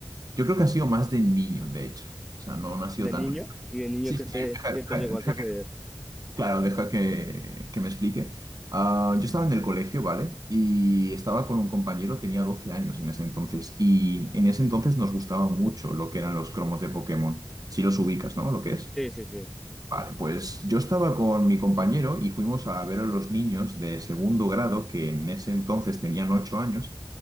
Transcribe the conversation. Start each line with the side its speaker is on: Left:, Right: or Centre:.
Right: yo creo que ha sido más de niño, de hecho. O sea, no, no ha sido
Centre: de
Right: tan
Centre: niño
Right: reciente.
Centre: y de niño
Right: Sí,
Centre: que
Right: sí,
Centre: te,
Right: sí, <laughs>
Centre: que te llegó a suceder.
Right: Claro, deja que, que me explique. Ah, yo estaba en el colegio, ¿vale? Y estaba con un compañero, tenía 12 años en ese entonces. Y en ese entonces nos gustaba mucho lo que eran los cromos de Pokémon. Si los ubicas, ¿no? Lo que es.
Centre: Sí, sí, sí.
Right: Vale, pues yo estaba con mi compañero y fuimos a ver a los niños de segundo grado, que en ese entonces tenían 8 años,